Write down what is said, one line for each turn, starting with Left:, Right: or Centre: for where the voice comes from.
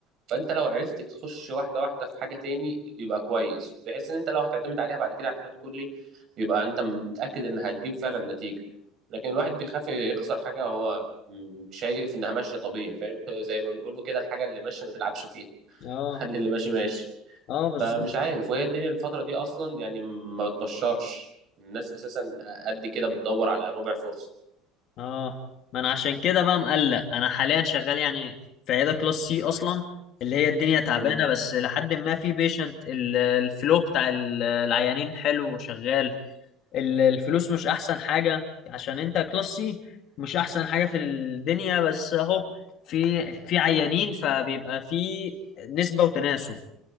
Right: فانت لو عرفت تخش واحده واحده في حاجه تاني يبقى كويس بحيث ان انت لو هتعتمد عليها بعد كده اعتماد كلي يبقى انت متاكد ان هتجيب فعلا نتيجه لكن الواحد بيخاف يخسر حاجه هو م- شايف انها ماشيه طبيعي فاهم <laughs> زي ما بيقولوا كده الحاجه اللي ماشيه ما تلعبش فيها
Left: اه
Right: <laughs> خلي اللي ماشي ماشي
Left: اه بالظبط
Right: فمش عارف وهي الدنيا الفتره دي اصلا يعني ما بتبشرش الناس اساسا قد كده بتدور على ربع فرصه
Left: اه ما انا عشان كده بقى مقلق انا حاليا شغال يعني في عياده كلاس سي اصلا اللي هي الدنيا تعبانه
Right: مم.
Left: بس لحد ما في بيشنت الفلو بتاع ال- العيانين حلو وشغال ال- الفلوس مش احسن حاجه عشان انت كلاس سي مش احسن حاجه في الدنيا بس اهو في في عيانين فبيبقى في نسبه وتناسب